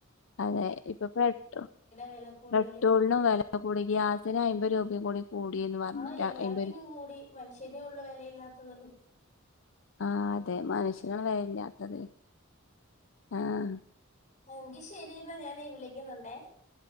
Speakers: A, on the left (about 65°); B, on the left (about 35°).
A: അതെ ഇപ്പൊ പെട്രോ
B: വില കൂടുതല്
A: പെട്രോളിനും വേല കൂടി ഗ്യാസിന് അയ്മ്പ രൂപയും കൂടി കൂടിന്ന് പറഞ്ഞിട്ട്
B: ആഹ് എല്ലാത്തിനും
A: അയ്മ്പത് രൂ
B: കൂടി മനുഷ്യനെയുള്ളൂ വെലയില്ലാത്തത്.
A: ആഹ് അതെ മനുഷ്യനാണ് വെലയില്ലാത്തത് ആഹ്
B: എങ്കി ശരിന്നാ ഞാനെ വിളിക്കുന്നുണ്ടേ.